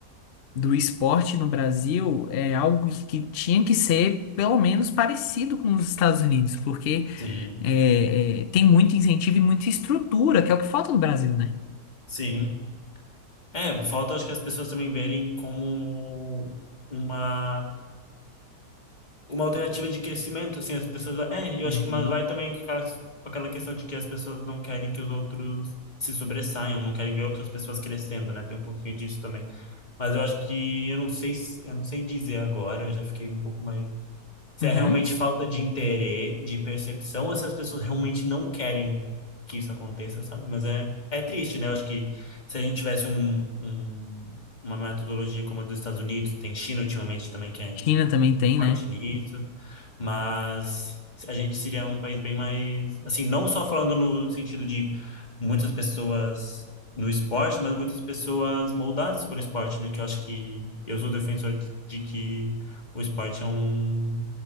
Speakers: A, on the left; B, on the left.
A: do esporte no Brasil é algo que, que tinha que ser pelo menos parecido com os Estados Unidos, porque
B: sim,
A: é, é, tem muito incentivo e muita estrutura, que é o que falta no Brasil, né?
B: sim. É, falta acho que as pessoas também verem como uma, uma alternativa de crescimento, assim, as pessoas. É, eu
A: Uhum.
B: acho que mas vai também com aquela, com aquela questão de que as pessoas não querem que os outros se sobressaiam, não querem ver outras pessoas crescendo, né? Tem um pouquinho disso também. Mas eu acho que eu não sei, se- eu não sei dizer agora, eu já fiquei um pouco mais Se
A: Uhum.
B: é realmente falta de interesse, de percepção, ou se as pessoas realmente não querem que isso aconteça, sabe? Mas é, é triste, né? Eu acho que se a gente tivesse um, um- uma metodologia como a dos Estados Unidos, tem China ultimamente também que é
A: China também tem,
B: forte
A: né?
B: nisso, mas a gente seria um país bem mais, assim, não só falando no sentido de muitas pessoas no esporte, mas muitas pessoas moldadas por esporte, né? Que eu acho que eu sou defensor de de que o esporte é um